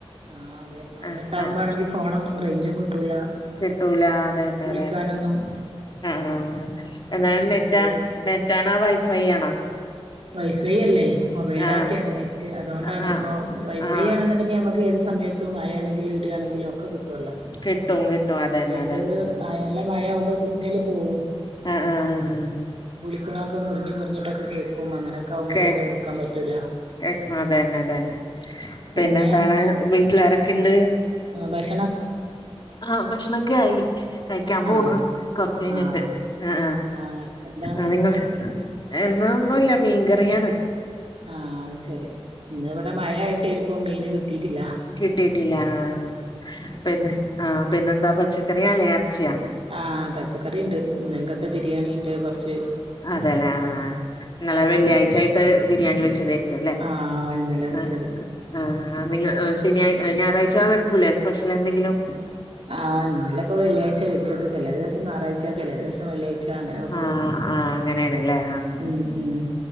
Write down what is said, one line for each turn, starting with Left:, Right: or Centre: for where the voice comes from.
Right: ആഹ് അതെ, മഴയ്ണ്ടാകുമ്പാണെങ്കി
Left: ആഹ് ആഹ്
Right: ഫോണൊന്നും റൈഞ്ചും കിട്ടൂല
Left: കിട്ടൂല, ആ അതന്നെ
Right: വിളിക്കാനൊന്നും
Left: അതന്നെ ആഹ്
Right: ഉള്ള
Left: എന്താണ്,
Right: റേഞ്ച്
Left: നെറ്റാ
Right: പോവും
Left: നെറ്റാണോ വൈഫൈ ആണോ
Right: വൈഫൈ അല്ലേയ് മൊബൈൽ
Left: ആഹ്
Right: ഡാറ്റയാണ് നെ - റ്റ് അതുകൊണ്ടാണ്
Left: ആഹ് ആഹ്
Right: പ്പൊ വൈഫൈ
Left: ആഹ്
Right: ആണെന്നുണ്ടെങ്കിൽ നമുക്ക് ഏത് സമയത്തും മഴയാണെങ്കില് ട്ട് ആണെങ്കിലും ഒക്കെ കിട്ടോല്ലോ
Left: കിട്ടും കിട്ടും അതന്നെ
Right: ഇത്
Left: അതന്നെ
Right: മഴോൽള്ള മഴയാവുമ്പോ സിഗ്നല് പോവും
Left: ആ ആഹ്
Right: ക്ക്ണോക്കെ മുറിഞ്ഞ് മുറിഞ്ഞിട്ടൊക്കെ കേക്കും. അങ്ങനൊക്കാവുമ്പോ
Left: കേക്കും
Right: പിന്നെ വിളിക്കാൻ പറ്റൂല്ലാ
Left: കേക്കും അതന്നെ അതന്നെ
Right: പിന്നെ
Left: പിന്നെന്താണ് വീട്ടിലാരൊക്കെണ്ട്
Right: <unintelligible>
Left: ആഹ് ഭക്ഷണൊക്കെ ആയി കയിക്ക്യാൻ പോണ്,
Right: ആഹ്
Left: കൊർച്ചയ്ഞ്ഞിട്ട്
Right: ആഹ്
Left: ആഹ്
Right: ആഹ് എന്താണ്
Left: ആഹ് നിങ്ങൾത്
Right: സ്പെഷ്യല്
Left: ഏ ഇന്നൊന്നും ഇല്ല മീൻകറി ആണ്
Right: ആഹ് അത് ശെരി ഇന്ന് വടെ മഴായിട്ടേര്ക്കും, മീന് കിട്ടിട്ട്ല്ല
Left: കിട്ടിട്ടില്ല ഇല്ല. ആഹ് പിന്നെ ആഹ് പിന്നെന്താ പച്ചക്കറി അല്ല എർച്ചിയാ
Right: ആഹ് പച്ചക്കറിഇണ്ട് ഇന്നൽകത്തെ ബിരിയാണിഇണ്ട് കൊർച്ച്
Left: അതേലേ ആഹ് ന്നലെ വെള്ളിയാഴ്ചായിട്ട്
Right: പോണുണ്ട്
Left: ബിരിയാണി വെച്ചതേയ്രിക്കും അല്ലേ
Right: ആഹ് ഇന്നലെ വെച്ചത്
Left: അഹ് ആഹ് ആഹ് പിന്നെ ശ ഞായറാഴ്ച വെക്കൂല്ലേ സ്പെഷ്യലെന്തെങ്കിലും
Right: ആഹ് ഇന്നലെ ഇപ്പോ വെള്ളിയാഴ്ച വെച്ചത് ചെല ദിവസം ഞായറാഴ്ച ചെല ദിവസം വെള്ളിയാഴ്ച. അങ്ങനെ വെക്കും
Left: ആഹ് ആഹ് അങ്ങനെയാണ് ലെ ആഹ്
Right: ഉം ഉം